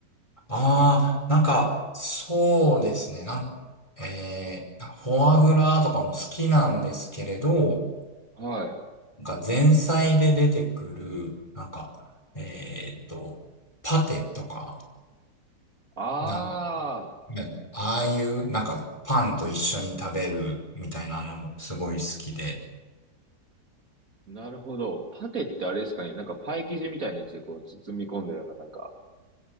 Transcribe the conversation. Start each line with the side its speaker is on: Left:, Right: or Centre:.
Left: ああ、なんか、そうですね。なん、えー、なんかフォアグラとかも好きなんですけれど、
Right: はい。
Left: なんか前菜で出てくる、なんか、えーっと、パテとか、
Right: ああ、
Left: なんね、ああいう、なんか、パンと一緒に食べるみたいなのもすごい好きで。
Right: なるほど。パテってあれですかね。なんかパイ生地みたいなやつでこう包み込んだような、なんか。